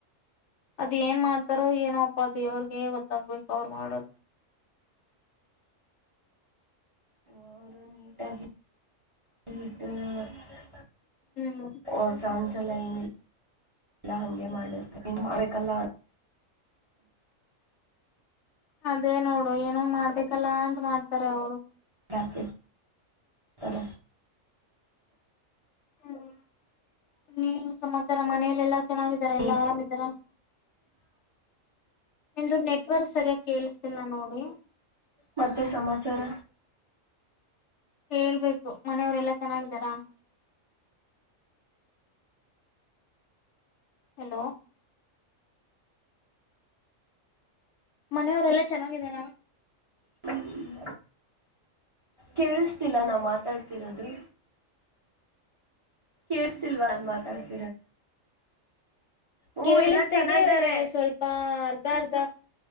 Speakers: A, on the left (about 65°); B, on the right (about 30°).
A: ಅದ್ ಏನ್ ಮಾಡ್ತಾರೋ ಏನೋ ಅಪ್ಪ ಅ ದೇವ್ರಿಗೆ ಗೊತ್ತಾಗ್ಬೇಕು ಅವರು ಮಾಡೋದು.
B: ಅವರು ನೀಟಾಗಿ. ಹ್ಮ್ ಹ
A: ಹ್ಮ್
B: ಓ ಸಂಜೆ. ಇದಲ್ಲ ಏನಿಲ್ಲ ಎ ಹಂಗೆ ಮಾಡರ ಏನ್ ಮಾಡಲ್ಲ
A: ಅದೇ ನೋಡು ಏನು ಮಾಡ್ಬೇಕು ಸಿಗಲ್ಲ ಅಂತ ಮಾಡ್ತಾರ ಅವರು
B: ಬಕ ತರ
A: ಹಾ ಇನ್ನೇನ್ ಸಮಾಚಾರ ಮನೇಲಿ ಎಲ್ಲಾ ಚೆನ್ನಾಗಿದಾರ ಎಲ್ಲಾ
B: ನೀಟ್
A: ಆರಾಮಿದಾರ ನಿಮ್ದ ನೆಟ್ವರ್ಕ್ ಸರಿಯಾಗಿ ಕೇಳಿಸತಿಲ್ ನೋಡಿ
B: ಮತ್ತೆ ಸಮಾಚಾರ.
A: ಹೇಳ್ಬೇಕು ಮನೆಯವರೆಲ್ಲಾ ಚೆನ್ನಾಗಿದ್ದಾರಾ. ಹಲೋ. ಮನೆಯವರೆಲ್ಲಾ ಚೆನ್ನಾಗಿದಾರ.
B: ಹ್ಮ್. ಕೇಳಿಸ್ತಿಲ್ಲ ನಾ ಮಾತಾಡ್ತಿರೋದು. ಕೇಳ್ಸ್ತಿಲ್ವಾ ನಾನ್ ಮಾತಾಡ್ತ ಹ್ಮ
A: ಕೇಳಿಸ್ತಾದೆ
B: ಎಲ್ಲಾ ಚೆನ್ನಾಗಿದ್ದಾರೆ
A: ಸ್ವಲ್ಪ ಅರ್ಧ ಅರ್ಧ.